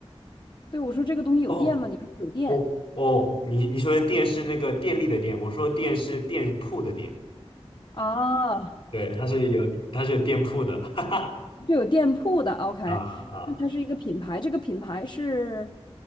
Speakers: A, on the left; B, on the left.
A: 对，我说这个东西有电吗？
B: 哦，
A: 你说有电
B: 我哦，你你说的电是那个电力的电，我说电是店铺的店。
A: 啊，
B: 对，它是有它是有店铺的。<laughs>
A: 就有店铺的，OK，
B: 啊啊，
A: 那它是一个品牌，这个品牌是，